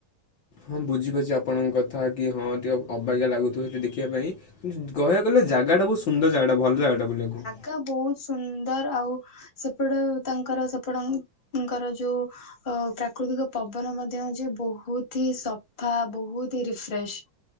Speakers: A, on the left; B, on the left.
A: ହଁ ବୁଝିପାରୁଛି ଆପଣଙ୍କ କଥା କି ହଁ ଟିକେ ଅବାଗିଆ ଲାଗୁଥିବ ସେଇଠି ଦେଖିବା ପାଇଁ। କିନ୍ତୁ କହିବାଜୁ ଗଲେ ଜାଗାଟା ବହୁତ ସୁନ୍ଦର ଜାଗାଟା ଭଲ ଜାଗାଟା ବୁଲିବାକୁ।
B: ତା ବହୁତ ସୁନ୍ଦର ଆଉ ସେପଟେ ତାଙ୍କର ସେପଟଙ୍କର ଯୋଉ ଅ ପ୍ରାକୃତିକ ପବନ ମଧ୍ୟ ହଉଛି ବହୁତ ହି ସଫା ବହୁତ ହି ରିଫ୍ରେଶ।